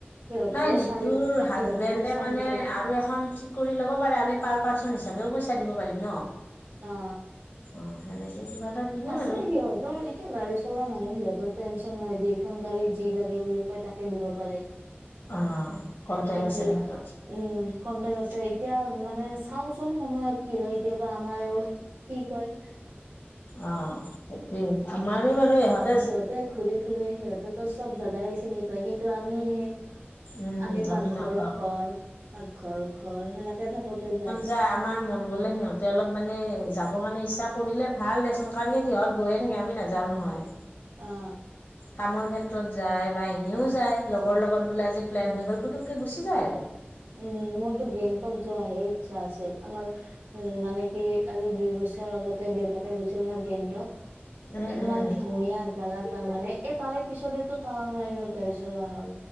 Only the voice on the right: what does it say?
সিহঁতৰো
চাৰি
সিহঁতৰো চাৰিজন
অ
আছেই
সিহঁত ত এতিয়া গাড়ী চলোৱা মানুহ সিহঁতৰ টেনচন নাই যে যিখন গাড়ী যি লাগে বুলি কয় তাকে দিব পাৰে
কিন্তু
এতিয়া উম কন্টেক আছে এতিয়া মানে চাওচোন সময়ত কি হয় এতিয়াবা আমাৰ এও কি কয়
সতে ঘুৰি ফুৰে সিহঁতেতো সব জেগাই চিনি পায় কিন্তু আমিহে
আমি পাকঘৰ
ঘৰ পাকঘৰ ঘৰ সেনেকে থাকোতে যায়
অ
উম মোৰটো গেংটক যোৱা হে ইচ্ছা আছিল আমাৰ উম মানে কি আজি দুই বছৰ আগতে দেউতাকে গৈছিল নহয় গেংটক
ইমান
ধুনীয়া জাগা তাৰ মানে এই তাৰে পিছতেটো তাৱাং লাইনত গাড়ী চলোৱা হ'ল